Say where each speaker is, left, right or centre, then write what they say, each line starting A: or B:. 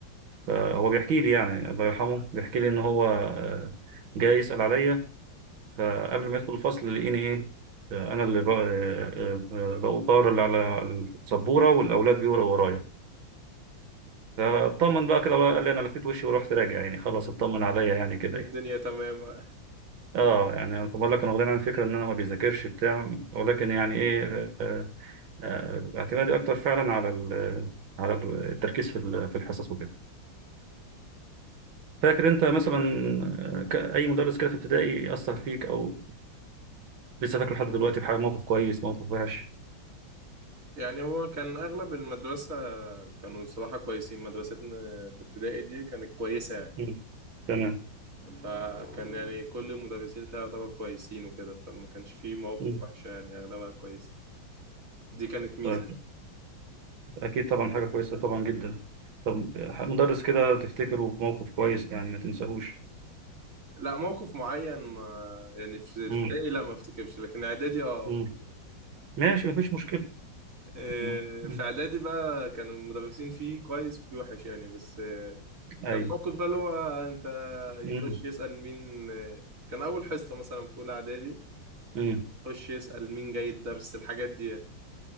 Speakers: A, on the right; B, on the right.
A: فهو بيحكي لي يعني الله يرحمه بيحكي لي ان هو آه، جاي يسال عليا فقبل ما يدخل الفصل لقيني ايه آه، انا اللي بق- آه، آه، آه، بقرا اللي على السبوره والاولاد بيقروا ورايا فاطمن بقى كده قال لي انا لفيت وشي ورحت راجع يعني خلاص اطمن عليا يعني كده
B: الدنيا
A: يعني
B: تمام
A: اه يعني انا بقول لك انا واخدين عن فكره ان انا ما بيذاكرش بتاع ولكن يعني ايه آه آه اعتمادي اكتر فعلا على ال- على التركيز في ال- في الحصص وكده فاكر انت مثلا آه، ك- اي مدرس كده في ابتدائي اثر فيك او لسه فاكره لحد دلوقتي بحاجه موقف كويس موقف وحش
B: يعني هو كان أغلب المدرسة كانوا صراحة كويسين مدرستنا في ابتدائي دي كانت كويسة يعني
A: مم. تمام
B: فكان يعني كل المدرسين فيها يعتبر كويسين وكده فما كانش فيه مواقف
A: مم.
B: وحشة يعني أغلبها كويسة دي كانت ميزة
A: طيب
B: يعني.
A: اكيد طبعا حاجه كويسه طبعا جدا طب آه، مدرس كده تفتكره بموقف كويس يعني ما تنساهوش
B: لا موقف معين ما يعني في ابتدائي
A: مم.
B: لا ما افتكرش لكن إعدادي اه
A: مم.
B: أفتكر
A: ماشي مفيش مشكلة
B: إيه،
A: مم. مم.
B: في إعدادي بقى كانوا المدرسين فيه كويس وفيه وحش يعني بس آه،
A: أيوة
B: كان موقف بقى اللي هو انت يخش
A: مم.
B: يسأل مين كان اول حصة مثلا في اولى اعدادي
A: مم.
B: يخش يسأل مين جاي الدرس الحاجات دي يعني